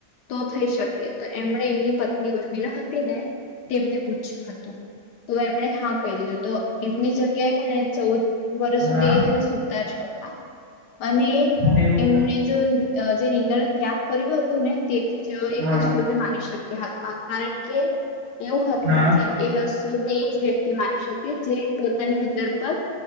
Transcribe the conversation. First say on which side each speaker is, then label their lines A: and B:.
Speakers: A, on the left; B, on the right.
A: તો થઈ શકે તો એમણે એમની પત્ની ઉર્મિલા હતી ને, તેમને પૂછ્યું હતું. તો એમણે હા કઈ દીધું તો એમની જગ્યાએ હે ને ચૌદ વર્ષ સુધી
B: હા
A: એ હેને સુતા જ હતા, અને
B: એવું
A: એમને જો જે નીંદણ ત્યાગ કર્યું હતું ને થી જેવો એક
B: હા.
A: અસુર મારી શક્યા હતા, કારણ કે એવું હતું
B: હા
A: કે એ અસુર એ જ વ્યક્તિ મારી શકે, જે પોતાની અંદર પર